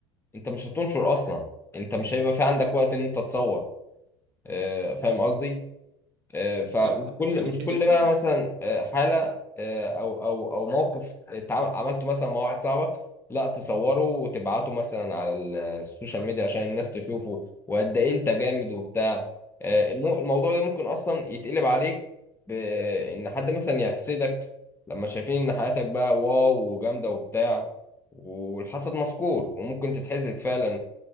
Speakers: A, on the left (about 15°); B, on the right (about 60°).
A: انت مش هتنشر اصلا انت مش هيبقى في عندك وقت ان انت تصور آه، فاهم قصدي آه، فكل
B: بالظبط ممكن
A: مش
B: تتحسب
A: كل
B: كمان
A: بقى مثلا آه، حالة آه، او او او موقف اتع- عملته مثلا مع واحد صاحبك لا تصوره وتبعته مثلا على ال- السوشيال ميديا عشان الناس تشوفه وقد ايه انت جامد وبتاع آه، المو- الموضوع ده ممكن اصلا يتقلب عليك بان حد مثلا يحسدك لما شايفين ان حياتك بقى واو وجامدة وبتاع والحسد مذكور وممكن تتحسد فعلا